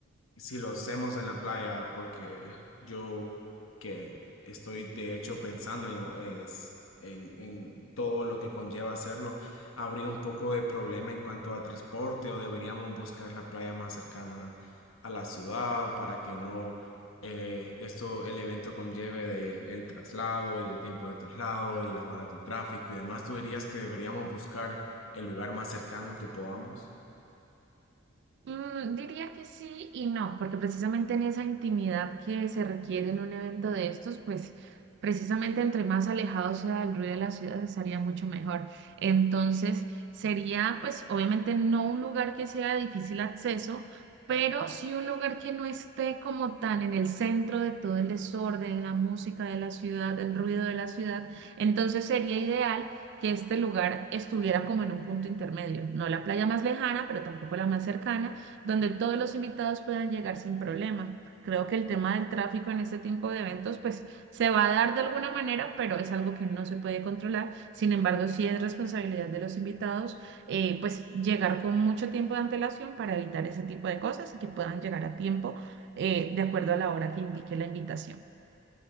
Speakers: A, on the left; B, on the right.
A: si lo hacemos en la playa, porque yo que estoy de hecho pensando en, es- en- en todo lo que conlleva hacerlo, habría un poco de problema en cuanto a transporte o deberíamos buscar la playa más cercana a la ciudad para que no eh, esto, el evento conlleve de el traslado y el tiempo de traslado y las horas de tráfico y demás. ¿Tú dirías que deberíamos buscar el lugar más cercano que podamos?
B: Mm, diría que sí y no, porque precisamente en esa intimidad que se requiere en un evento de estos, pues precisamente entre más alejado sea el ruido de la ciudad estaría mucho mejor. Entonces sería pues obviamente no un lugar que sea de difícil acceso, pero sí un lugar que no esté como tan en el centro de todo el desorden, la música de la ciudad, el ruido de la ciudad. Entonces sería ideal que este lugar estuviera como en un punto intermedio, no la playa más lejana, pero tampoco la más cercana donde todos los invitados puedan llegar sin problema. Creo que el tema del tráfico en este tipo de eventos, pues se va a dar de alguna manera, pero es algo que no se puede controlar. Sin embargo, sí es responsabilidad de los invitados, eh, pues llegar con mucho tiempo de antelación para evitar ese tipo de cosas y que puedan llegar a tiempo, eh, de acuerdo a la hora que indique la invitación.